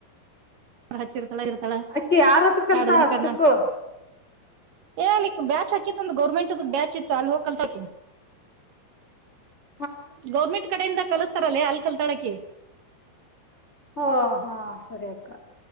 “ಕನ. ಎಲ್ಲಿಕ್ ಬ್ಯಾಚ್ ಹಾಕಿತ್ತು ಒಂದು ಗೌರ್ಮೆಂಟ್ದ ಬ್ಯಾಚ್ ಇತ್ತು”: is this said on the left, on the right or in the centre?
Right